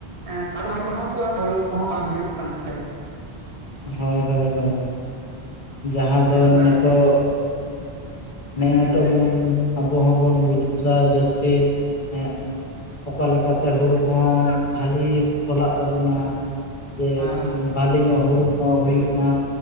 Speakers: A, on the right; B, on the left.
A: ᱮ <inaudible> ᱨᱮᱦᱚᱸ ᱛᱚ ᱟᱨ ᱦᱩᱲᱩ ᱠᱚᱦᱚᱸ ᱵᱟᱝ ᱦᱩᱭᱩᱜ ᱠᱟᱱᱟ ᱥᱮ?
B: ᱦᱳᱭ-ᱦᱳᱭ-ᱦᱳᱭ-ᱦᱤᱭ ᱾ ᱡᱟᱦᱟᱸ
A: ᱚᱱᱟ
B: ᱫᱚ
A: ᱠᱚ
B: ᱱᱮᱛᱚᱜ
A: ᱞᱟᱜᱟᱜ ᱜᱮᱭᱟ
B: ᱱᱮ ᱱᱤᱛᱚᱜ ᱵᱩᱱ ᱟᱵᱚ ᱦᱚᱸᱵᱚᱱ ᱵᱩᱡ ᱫᱟ ᱡᱟᱹᱥᱛᱤ ᱮᱸ ᱚᱠᱟ ᱞᱮᱠᱟ ᱛᱮ ᱦᱩᱲᱩ ᱠᱚᱦᱚᱸ ᱵᱷᱟᱞᱤ ᱯᱷᱚᱞᱟᱜ ᱛᱟᱵᱚᱱᱟ? ᱡᱮ
A: ᱦᱮᱸ
B: ᱵᱷᱟᱞᱤ ᱧᱚᱜ ᱦᱳᱲᱳ ᱦᱚᱸ ᱦᱩᱭᱩᱜ ᱢᱟ